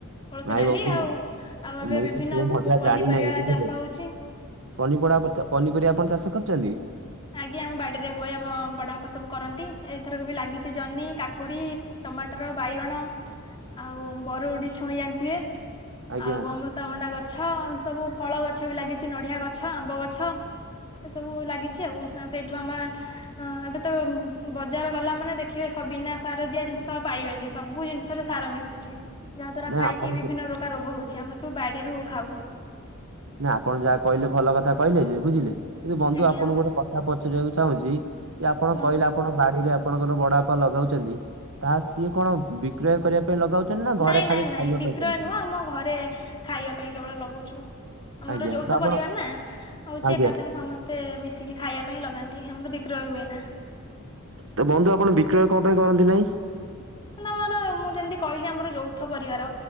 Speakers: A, on the left; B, on the right.
A: କୋଳଥ
B: ନାଇଁ
A: ଡାଲି
B: ବନ୍ଧୁ
A: ଆଉ ଆଉ ଏବେ
B: ମୁଁ
A: ବିଭିନ୍ନ
B: ତ ସେ ମଜା
A: ପନିପରିବା
B: ଜାଣିିନାଇ ବୁଝିଲେ।
A: ଚାଷ ହଉଛି
B: ପନି ପଡାପତ ପନିପରିବା ଆପଣ ଚାଷ କରୁଚନ୍ତି?
A: ଆଜ୍ଞା ଆମ ବାଡିରେ ହୁଏ ଆମ ବଡ ବାପା ସବୁ କରନ୍ତି ଏଥରକୁ ବି ଲାଗିଛି ଜନି, କାକୁଡି ଟମାଟର, ବାଇଗଣ, ଆଉ ବରଗୁଡି ଛୁଇଁ ଜାଣିଥିବେ
B: ଆଜ୍ଞା
A: ଆଉ ଅମୃତ୍ ତ ଭଣ୍ଡା ଗଛ ଏମ ସବୁ ଫଳ ଗଛ ବି ଲାଗିଚି ନଡ଼ିଆ ଗଛ ଆମ୍ବ ଗଛ ଏ ସବୁ ଲାଗି ଚି ଆଉ ସେଇଠୁ ଆମେ ହଁ ଏବେ ତ ବଜାର ଗଲା ମାନେ ଦେଖିବେ ସ- ବିନା ସାର ଦିଆ ଜିନିଷ ପାଇବେନି ସବୁ ଜିନିଷରେ ସାର ମିଶୁଚି। ଚି ଯାହା ଦ୍ଵାରା
B: ନା
A: ଖାଇକି
B: ଆପଣ
A: ବିଭିନ୍ନ ପ୍ରକାର ରୋଗ ହଉଚି। ଆମେ ସବୁ ବାଡିରୁ ଖାଉ।
B: ନା ଆପଣ ଯାହା କହିଲେ ଭଲ କଥା କହିଲେ ଯେ ବୁଝିଲେ କିନ୍ତୁ ବନ୍ଧୁ
A: ଆଜ୍ଞା
B: ଆପଣଙ୍କୁ ଗୋଟେ କଥା ପଚାରିବାକୁ ଚାହୁଁଚି ଯେ ଆପଣ
A: କୁହନ୍ତୁ
B: କହିଲେ ଆପଣ ବାଡିରେ ଆପଣଙ୍କର ବଡପା ଲଗଉଚନ୍ତି ତାହା ସିଏ କଣ ବିକ୍ରୟ କରିବା ଲଗାଉଚନ୍ତି ନା। ଘରେ
A: ନାଇଁ
B: ଖାଲି
A: ନାଇଁ ନାଇଁ
B: ଖାଇବା
A: ବିକ୍ରୟ
B: ପାଇଁ କରୁଛନ୍ତି?
A: ନୁହଁ ଆମ ଘରେ ଖାଇବା ପାଇଁ କେବଳ ଲଗଉଚୁ ଆମର
B: ଆଜ୍ଞା
A: ଯୌଥ
B: ତ ଆପଣ
A: ପରିବାର ନା ହଉଚି
B: ଆଜ୍ଞା
A: ଏକାଥରେ ସମସ୍ତେ ତେ ମିଶିକି ଖାଇବା ପାଇଁ ଲଗାନ୍ତି ଆମର ବିକ୍ରୟ ହୁଏ ନା।
B: ତ ବନ୍ଧୁ ଆପଣ ବିକ୍ରୟ କଣ ପାଇଁ କରନ୍ତି ନାଇଁ?
A: ମାନେ ଆମର ମୁଁ ଯେମିତି କହିଲି ଆମର ଯୌଥ ପରିବାର